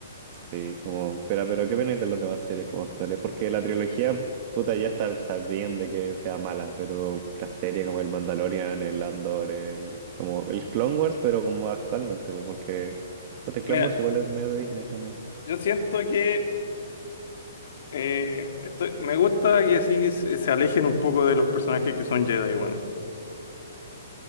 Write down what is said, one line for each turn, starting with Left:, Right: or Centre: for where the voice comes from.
Right: sí, como, pero, pero ¿qué opináis de las demás series como actuales? Porque la trilogía, puta, ya está sabiendo de que sea mala, pero las series como el Mandalorian, el Andor, el, como el Clone Wars, pero como actualmente, pues, porque, pues el
Left: Mira,
Right: Clone Wars igual es medio de Disney también.
Left: yo siento que eh, estoy- me gusta que así se, se alejen un poco de los personajes que son Jedi, weón.